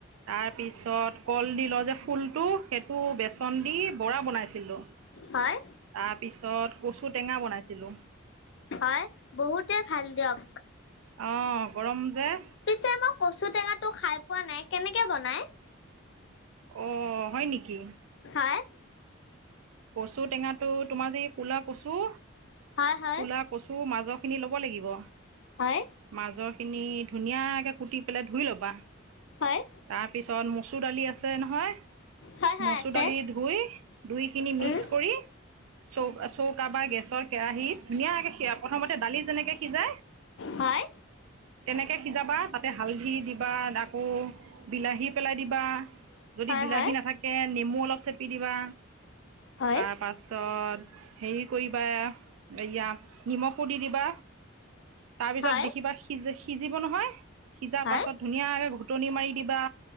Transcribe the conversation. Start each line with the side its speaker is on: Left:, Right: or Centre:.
Right: তাৰপিছত কলডিলৰ যে ফুলটো সেইটো বেচন দি বৰা বনাইছিলোঁ।
Left: হয়।
Right: তাৰপিছত কচু টেঙা বনাইছিলো।
Left: হয় বহুতে ভাল দিয়ক
Right: অ গৰম যে।
Left: পিছে মই কচু টেঙাটো খাই পোৱা নাই, কেনেকে বনাই?
Right: অ হয় নেকি?
Left: হয়।
Right: কচু টেঙাটো তোমাৰ যি কুলা কচু
Left: হয় হয়
Right: কুলা। কচু মাজৰখিনি ল'ব লাগিব।
Left: হয়,
Right: মাজৰ খিনি ধুনীয়াকে কুটি পেলাই ধুই ল'বা।
Left: হয়
Right: তাৰ পিছত মচুৰ দালি আছে নহয়।
Left: হয় হয়
Right: মচুৰ
Left: আছে
Right: দালি ধুই দুই খিনি মিক্স
Left: উম
Right: কৰি! চৌ চৌকা বা গেছৰ কেৰাহীত ধুনীয়াকে সিয়া প্ৰথমতে দালি যেনেকে সিজায়।
Left: হয়,
Right: তেনেকে সিজাবা তাতে হালধি দিবা আকৌ! বিলাহী পেলাই দিবা, যদি
Left: হয়
Right: বিলাহী
Left: হয়
Right: নাথাকে নেমু অলপ চেপি দিবা।
Left: হয়
Right: তাৰ পাছত হেৰি কৰিবা এয়া। নিমখো দি দিবা, তাৰপিছত
Left: হয়
Right: দেখিবা সিযে সিজিব নহয় সিজাৰ
Left: হয়
Right: পাছত। ধুনীয়াকে ঘোটনী মাৰি দিবা।